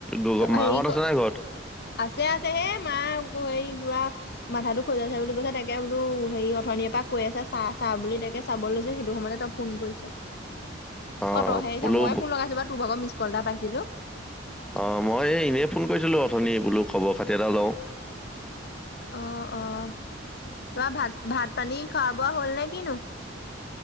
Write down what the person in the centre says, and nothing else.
তোৰ
মাহঁত
আছে নে নাই ঘৰত?
<inaudible>
বোলো
অ', মই এই এনেই ফোন কৰিছিলো অথনি বোলো খবৰ খাতি এটা লওঁ।